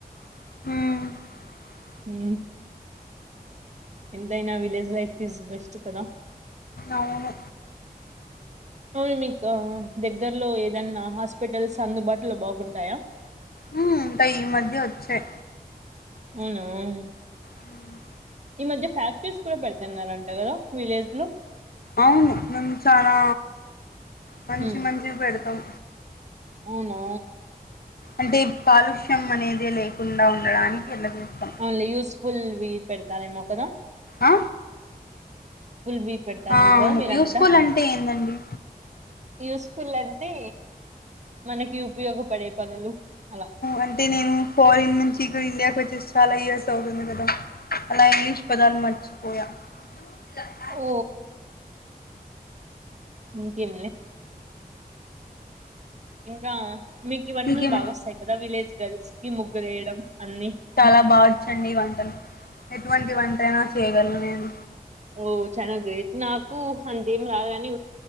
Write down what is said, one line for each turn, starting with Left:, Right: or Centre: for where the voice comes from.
Left: హూ
Right: ఉమ్ ఎంతయినా విలేజ్ లైఫ్ ఇస్ బెస్ట్ కదా
Left: అవును.
Right: అను మీకా దగ్గరలో ఏదన్నా హాస్పి హాస్పిటల్స్ అందుబాటులో బాగుంటాయా
Left: హ్మ్. ఇంకా ఈ మధ్య వచ్చాయి.
Right: అవును
Left: హ్మ్.
Right: ఈ మధ్య ఫ్యాక్టరీస్ కూడా పెడుతున్నారంట కదా విలేజ్ లో
Left: అవును. మేము చాలా మంచి
Right: ఉమ్,
Left: మంచి పెడతాం
Right: అవునా
Left: అంటే కాలుష్యం అనేది లేకుండా ఉండడానికి ఇట్లా చేస్తాం.
Right: న్లీ యూస్ఫుల్వి పెడతారేమో ఒకదా
Left: ఆ
Right: వి పెడతారేమో
Left: అ అవును
Right: కదా మీరంతా
Left: యూస్ఫుల్ అంటే ఏందండి
Right: యూస్ఫుల్ అంటే మనకి ఉపయోగపడే పనులు అలా
Left: అంటే నేను ఫారిన్ నుంచి చక ఇండియాకి వచ్చేసి చాలా ఇయర్స్ అవుతుంది కదా అలా ఇంగ్లీష్ పదాలు మర్చిపోయా ఆ
Right: ఓ ఇకేంలే ఇంకా మీకు వంటలు
Left: మీకేం
Right: బాగాస్తాయి కదా విలేజ్ గర్ల్స్ కి ముగ్గులు వేయడం అన్ని
Left: లా బావచ్చండి ఈ వంటను ఎటువంటి వంటయినా చేయగలను నేను
Right: ఓ చానా గ్రేట్ నాకు అంతేం రాదుగాని